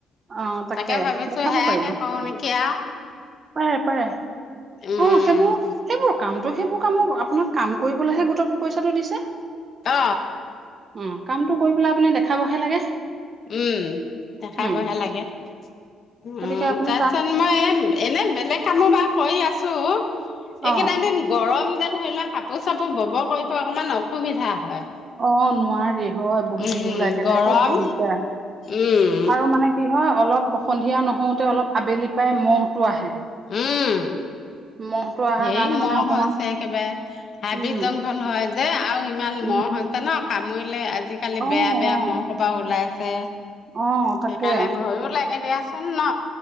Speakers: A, on the right; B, on the left.
A: অ
B: তাকে ভাবিছোঁ
A: দেখাব
B: সেয়াকে
A: পাৰিব
B: কওঁ নেকি সেয়া
A: পাৰে, পাৰে। অ
B: উম
A: সেইবোৰ, সেইবোৰ কাম ত' সেইবোৰ কামক আপোনাক কাম কৰিবলৈহে গোটত পইচাটো দিছে।
B: অ
A: উম, কামটো কৰি পেলাই আপুনি দেখাবহে লাগে।
B: উম, দেখাবহে
A: উম
B: লাগে। উম,
A: গতিকে আপুনি
B: তাৰ পিছত মই এ এনে বেলেগ কামো বাৰু কৰি আছোঁ। এইকেইটা
A: অ
B: দিন গৰম যেন ধৰি লোৱা কাপোৰ-চাপোৰ বব কৰিব অকমান অসুবিধা হয়।
A: অঁ, নোৱাৰি হয়, বহি
B: উম
A: থাকিবলৈ একে
B: গৰম
A: ঠাইতে বৰ দিগদাৰ
B: উম
A: আৰু মানে- কি হয়! অলপ সন্ধিয়া নহওঁতে অলপ আবেলি পাই মহটো আহে।
B: উম,
A: মহটো অহাৰ
B: ধেই
A: কাৰণে মানে
B: মহ
A: অকমান
B: হৈছে একেবাৰে। হাবি
A: উম
B: জংঘল হয় যে, আৰু ইমান
A: উম
B: মহ হয়- ছে ন! কামুৰিলে আজিকালি
A: অ
B: বেয়া বেয়া
A: অ
B: মহ সোপা ওলাইছে।
A: অ তাকে
B: সেইকাৰণে ভয়ো লাগে দিয়াচোন ন!